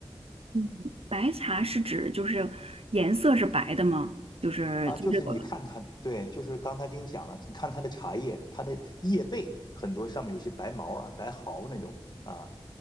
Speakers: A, on the right; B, on the left.
A: 嗯，白茶是指就是颜色是白的吗？就是就这个。
B: 啊，就是你看它，对，就是刚才给你讲了，你看它的茶叶，它的叶背很多上面有些白毛啊、白毫那种啊，